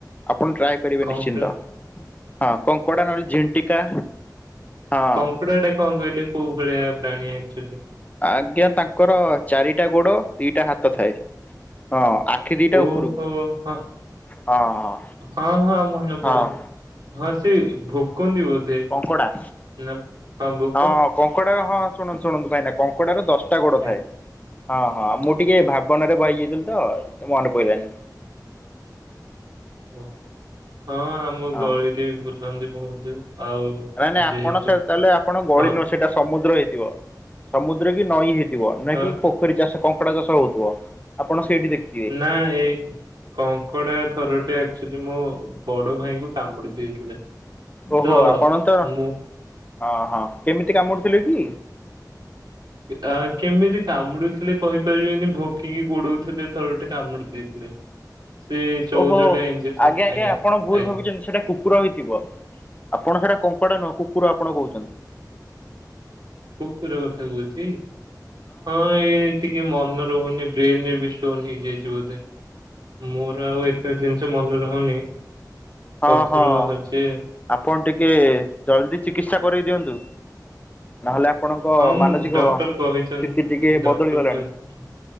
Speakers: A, on the left; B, on the right.
A: ଆପଣ ଟ୍ରାଏ କରିବେ
B: କଙ୍କଡା
A: ନିଶ୍ଚିନ୍ତ ହଁ କଙ୍କଡ଼ା ନହେଲେ ଝିଣ୍ଟିକା। ହଁ।
B: କଙ୍କୁଡ଼ା ଟା କଣ କହିଲେ କୋଉ ଭଳିଆ ପ୍ରାଣୀ ଆକଚୁଆଲି?
A: ଆଜ୍ଞା ତାଙ୍କର ଚାରିଟା ଗୋଡ ଦିଟା ହାତ ଥାଏ। ହଁ ଆଖି ଦିଟା
B: ହଁ
A: ଉପରକୁ
B: ଓହୋ ହଁ
A: ହଁ ହଁ
B: ହଁ ହଁ ମନେ ପଇଲା
A: ହଁ
B: ହଁ ସେ ଭୋକନ୍ତି ବୋଧେ।
A: କଙ୍କଡ଼ା।
B: ନା ହଁ ବୁ
A: ହଁ କଙ୍କଡା ହଁ ଶୁଣନ୍ତୁ ଶୁଣନ୍ତୁ ଭାଇନା କଙ୍କଡାର ଦଶଟା ଗୋଡ
B: ଆଜ୍ଞା।
A: ଥାଏ। ହଁ ହଁ ମୁଁ ଟିକେ ଭାବନାରେ ବହି ଯାଇଥିଲି ତ ମନେ ପଡିଲାନି।
B: ଓ ହଁ ଆମ
A: ହଁ।
B: ଗଳିରେ ବି ବୁଲନ୍ତି ବହୁତ ଆଉ
A: ନାଇଁ ନାଇଁ
B: ଯେହେତୁ
A: ଆପଣ ସେ ତାହେଲେ ଆପଣ ଗଳି
B: ହଁ
A: ନୁହଁ ସେଇଟା ସମୁଦ୍ର ହେଇଥିବ ସମୁଦ୍ର କି ନଈ ହେଇଥିବ ଥିବ ନା
B: ହଁ
A: କି ପୋଖରୀ ଚାଷ କଙ୍କଡା ଚାଷ ହଉଥିବ ଆପଣ ସେଇଠି ଦେଖି
B: ନା ଏଇ କଙ୍କଡା ଥରଟେ ଆଚୁଆଲି ମୋ ବଡ ଭାଇଙ୍କୁ କାମୁଡି ଦେଇଥିଲେ।
A: ଓହୋ!
B: ତ
A: ଆପଣ ତ
B: ମୁଁ
A: ହଁ ହଁ କେମିତି କାମୁଡିଥିଲେ କି?
B: ତା କେମିତି କାମୁଡୁଥିଲେ କହିପାରିବେନି। ଭୋକି କି ଗୋଡଉଥିଲେ ଥରୁଟେ କାମୁଡି ଦେଇଥିଲେ। ସେ ଚଉଦଟା
A: ଓହୋ!
B: ଇଞ୍ଜେକ୍ସନ
A: ଆଜ୍ଞା! ଆଜ୍ଞା! ଆପଣ ଭୁଲ
B: ଆଜ୍ଞା
A: ଭାବୁଛନ୍ତି ସେଇଟା କୁ କୁକୁର ହେଇଥିବ ଆପଣ ସେଟା କଙ୍କଡା ନୁହଁ କୁକୁର ଆପଣ କହୁଛନ୍ତି।
B: କୁକୁର କଥା କହୁଛି। ହଁ ଏଇ ଟିକେ ମନ ରହୁନି ବ୍ରେନ ଏବେ ଷ୍ଟୋର ହେଇଯାଇଛି ବୋଧେ ମୋ ଆଉ ଏତେ ଜିନିଷ ମନେ ରହୁନି
A: ହଁ
B: ପଥର
A: ହଁ।
B: ବାହାରୁଚି ଏଇନେ।
A: ଆପଣ ଟିକେ ଜଲଦି ଚିକିତ୍ସା କରାଇ ଦିଅନ୍ତୁ। ନହେଲେ ଆପଣଙ୍କ
B: ହଁ
A: ମାନସିକ
B: ମୁଁ ଡକ୍ଟର
A: ସ୍ଥିତି
B: କହିଛନ୍ତି।
A: ଟିକେ
B: ଡକ୍ଟର
A: ବଦଳି ଗଲାଣି।
B: କହିଛନ୍ତି